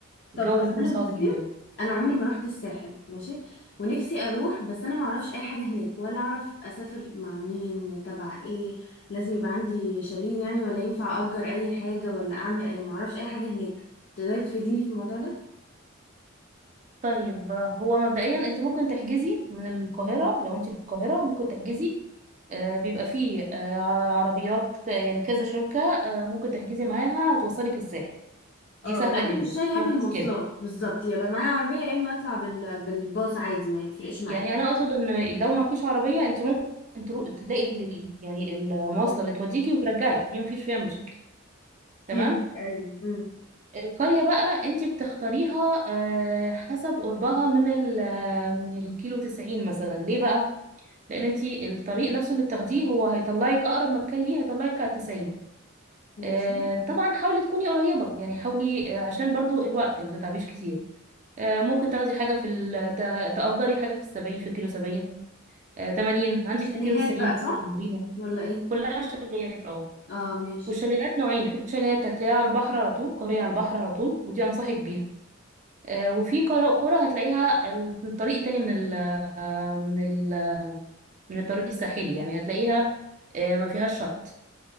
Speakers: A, on the left; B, on the right.
A: طب
B: الجو
A: اصل
B: بيكون
A: انا
B: صعب
A: بصي
B: جدا
A: انا عمري ما رحت الساحل ماشي ونفسي اروح بس انا ما اعرفش اي حاجه هناك ولا اعرف اسافر مع مين تبع ايه لازم يبقى عندي شاليه يعني ولا ينفع اجر اي حاجه ولا اعمل اي ما اعرفش اي حاجه هناك تقدري تفيديني في الموضوع ده
B: طيب آه، هو مبدئيا انت ممكن تحجزي من القاهره لو انت في القاهره ممكن تحجزي آه، بيبقى فيه آه، عربيات ك- يعني كذا شركه آه، ممكن تحجزي معاها هتوصلك الساحل دي
A: اه
B: سهله
A: لا انا
B: جدا
A: مش
B: مفيش
A: شايله
B: فيها
A: هم المواصلات
B: مشكله
A: بالظبط يبقى معايا عربيه يا اما اطلع بال... بالباص عادي ما يفرقش معايا
B: يعني انا اقصد ان لو معكيش عربيه انت ممكن تروح تلاقي ال- ال- يعني المواصله
A: اه
B: اللي توديكي وترجعي دي مفيش فيها مشكله تمام
A: فهمت ايوه امم
B: القرية بقى انت بتختاريها آه، حسب قربها من ال آه، من الكيلو 90 مثلا ليه بقى؟ لأن انت الطريق نفسه اللي بتاخديه هو هيطلعك أقرب مكان ليه هيطلعك على 90
A: ماشي
B: آه، طبعا حاولي تكوني قريبة يعني حاولي آه، عشان برضو الوقت ما تتعبيش كتير آه، ممكن تاخدي حاجة في ال- ت- تأجري حاجة في السبعين في كيلو سبعين آه، تمانين عندك
A: شاليهات
B: في كيلو تسعين
A: بقى صح
B: مرينا
A: ولا ايه
B: كلها شاليهات اه
A: اه ماشي
B: والشاليهات نوعين في شاليهات هتلاقيها على البحر على طول قرية على البحر على طول ودي أنصحك بيها آه، وفي كرة كرة هتلاقيها الطريق التاني من ال من ال من الطريق الساحلي يعني هتلاقيها آه، ما فيهاش شط